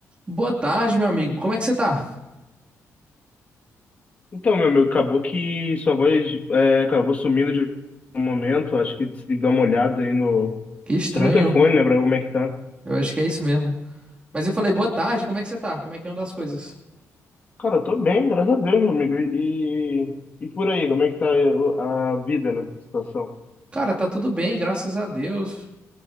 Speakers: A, on the right; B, on the left.
A: Boa tarde, meu amigo. Como é que você tá?
B: Então, meu amigo, acabou que sua voz é, acabou sumindo de um momento. Acho que se dá uma olhada aí no
A: Que estranho.
B: seu microfone, né, pra ver como é que tá.
A: Eu acho que é isso mesmo. Mas eu falei, boa tarde, como é que você tá? Como é que anda as coisas?
B: Cara, eu tô bem, graças a Deus, meu amigo. E, e por aí, como é que tá a a vida, né, a situação?
A: Cara, tá tudo bem, graças a Deus.